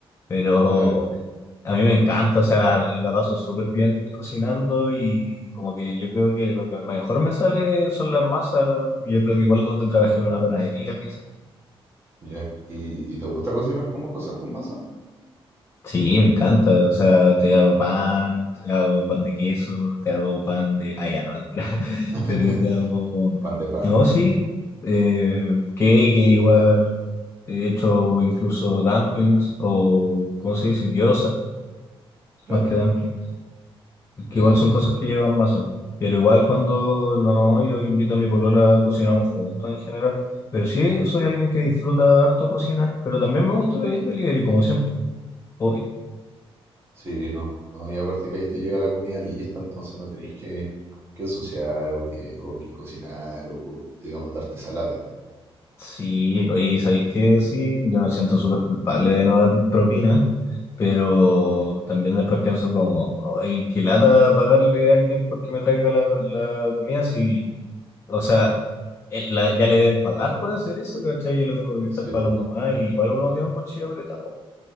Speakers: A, on the left; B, on the right.
A: pero
B: claro,
A: a mí me encanta, o sea, la paso súper bien cocinando y como que yo creo que lo que mejor me sale son las masas, yo creo que igual donde trabajé en una panadería quizás.
B: ya. ¿Y, y te gusta cocinar como cosas con masa?
A: Sí, me encanta. O sea, te hago pan, te hago pan de queso, te hago pan de... Ah, ya, no, mentira. <laughs>
B: <laughs>
A: Pero te hago...
B: Pan de pan,
A: No, sí. Eh, cake igual. He hecho incluso dumplings o, ¿cómo se dicen? Gyoza,
B: claro,
A: más que dumplings.
B: ya
A: Que igual
B: entiendo.
A: son cosas que llevan masa. Pero igual cuando no, yo invito a mi polola, cocinamos juntos en general. Pero sí, soy alguien que disfruta harto cocinar, pero también me gusta pedir delivery, como siempre. obvio.
B: Sí, no, no, y aparte que ahí te llega la comida lista, entonces no tenéis que, que ensuciar o que, o que cocinar o, digamos, darte esa lata.
A: Sí, oye, ¿sabéis qué? Sí, yo me siento súper culpable de no dar propina, pero también después pienso como, ay, qué lata pagarle a alguien porque me traiga la, la comida, si, o sea, el- la- ya le deben pagar por hacer eso, ¿cachai? Yo lo tengo que estar
B: Sí,
A: pagando
B: po.
A: más, y igual uno tiene un bolsillo apretado.